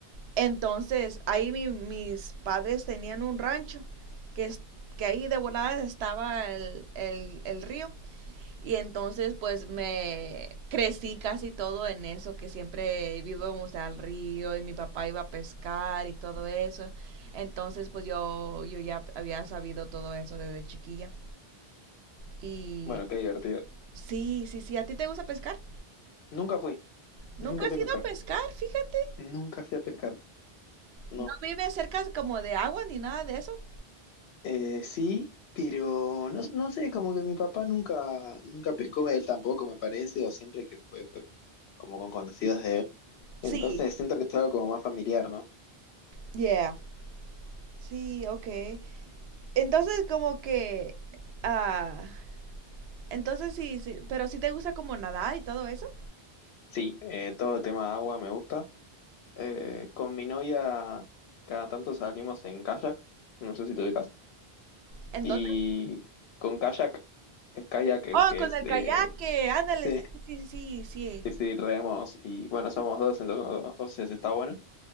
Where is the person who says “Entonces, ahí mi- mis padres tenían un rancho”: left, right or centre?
Right